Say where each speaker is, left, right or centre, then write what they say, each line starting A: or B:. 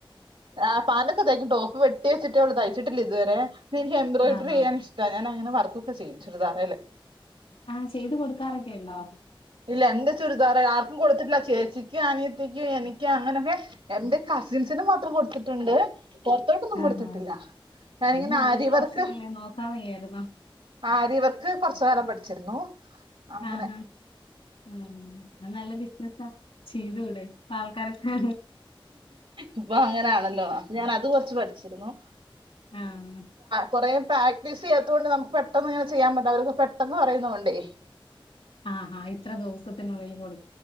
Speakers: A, on the right (about 75°); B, on the left (about 85°).
A: ആഹ് പാന്റൊക്കെ തയ്ക്കും ടോപ്പ് വെട്ടി വെച്ച്ട്ടേയൊള്ളു തയ്ച്ചിട്ടില്ലിതുവരേ എനിക്ക് എംബ്രോയിഡറിയ്യാൻ
B: ആഹ് ആഹ്
A: ഇഷ് ഇഷ്ട ഞാനങ്ങനെ വർക്കൊക്കെ ചെയ്യും ചുരിദാറേല്
B: ആഹ് ചെയ്ത് കൊടുക്കാറൊക്കെയുണ്ടോ
A: ഇല്ല എന്റെ ചുരിദാറ് ആർക്കും കൊടുത്തിട്ടില്ല ചേച്ചി ക്ക്‌ അനിയത്തിക്ക്‌ എനിക്ക് അങ്ങനൊക്കെ എന്റെ കസിൻസിന് മാത്രം കൊടുത്തിട്ടുണ്ട് പൊർത്തോട്ടൊന്നും
B: ആഹ്
A: കൊടുത്തിട്ടില്ല
B: ആഹ്
A: ഞാനിങ്ങനെ
B: ഇത് നല്ല
A: ആരിവർക്ക്
B: പ്രൊഫഷൻ അല്ലേ നോക്കാൻ വയ്യായിരുന്നോ
A: ആരി വർക്ക് കൊർച്ച് കാലം പഠിച്ചിരുന്നു അങ്ങനെ
B: ആഹ് ഹാ ഉം അത് നല്ല ബിസിനസാ ചെയ്തൂടെ ഇപ്പാൾക്കാരൊക്കെ
A: ഇപ്പൊ അങ്ങനാണല്ലോ അപ്പൊ ഞാൻ അത് കൊർച്ച് പഠിച്ചിരുന്നു
B: ആഹ്
A: കുറേ പ്രാക്ടീസ് ചെയ്യാത്തതുകൊണ്ട് നമുക്ക് പെട്ടെന്ന് ഇങ്ങനെ ചെയ്യാൻ പറ്റില്ല അവരൊക്കെ പെട്ടെന്ന് പറയുന്ന കൊണ്ടേ
B: ആഹ് ഹാ ഇത്ര ദിവസത്തിനുള്ളിൽ കൊടു